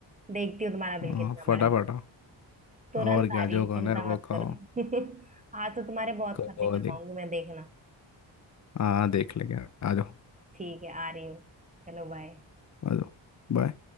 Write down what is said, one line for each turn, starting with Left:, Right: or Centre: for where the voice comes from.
Right: देखती हूँ तुम्हारा दिल
Left: हाँ,
Right: कितना
Left: फटाफट
Right: बड़ा है
Left: आओ
Right: तुरंत
Left: और क्या
Right: आ रही
Left: जो
Right: हूँ
Left: खाना
Right: चिंता
Left: है वो
Right: मत
Left: खाओ
Right: करो <laughs> आज तो तुम्हारे बहुत
Left: कोई
Right: खर्चे करवाऊंगी
Left: दिक
Right: मैं देखना
Left: हाँ देख लेंगे आ जाओ
Right: ठीक है आ रही हूँ चलो बाय
Left: आ जाओ बाय